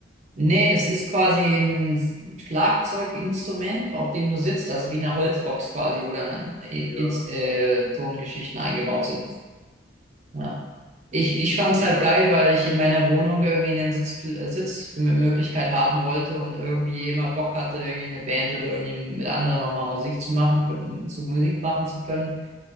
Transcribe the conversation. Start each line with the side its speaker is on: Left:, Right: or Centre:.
Right: Nee, das ist quasi ein Schlagzeuginstrument, auf dem du sitzt, also wie eine Holzbox quasi, wo dann äh,
Left: Ja,
Right: ins,
Left: genau,
Right: äh,
Left: genau.
Right: so ein Geschichten eingebaut sind. Ja. Ich, ich fand es
Left: Ja,
Right: halt geil, weil ich in meiner Wohnung irgendwie eine Sitz, äh, Sitzmöglichkeit haben wollte und irgendwie immer Bock hatte, irgendwie eine Band oder irgendwie mit anderen auch mal Musik zu machen, zu Musik machen zu können.